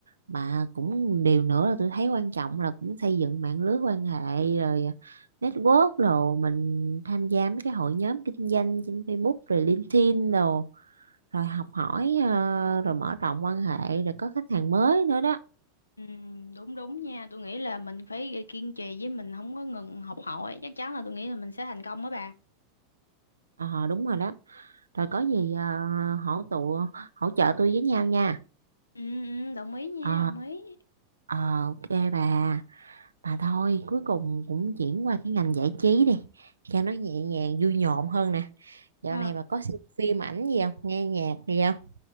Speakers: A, on the right; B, on the left.
A: mà cũng điều nữa là tôi thấy quan trọng là cũng xây dựng mạng lưới quan hệ rồi à, network rồi mình tham gia mấy cái hội nhóm kinh doanh trên Facebook rồi LinkedIn đồ rồi học hỏi ờ, rồi mở rộng quan hệ rồi có khách hàng mới nữa đó
B: Ừm, đúng đúng nha tôi nghĩ là mình phải kiên trì với mình không có ngừng học hỏi chắc chắn là tôi nghĩ là mình sẽ thành công đó bà
A: ờ đúng rồi đó rồi có gì ờ, hỗ tụ hỗ trợ tôi với nhau nha
B: ừ, ừ, đồng ý nha
A: ờ
B: đồng ý
A: ờ ok bà bà thôi cuối cùng cũng chuyển qua cái ngành giải trí đi cho nó nhẹ nhàng vui nhộn hơn nè dạo
B: Ờ,
A: này bà có xem phim ảnh gì không nghe nhạc gì không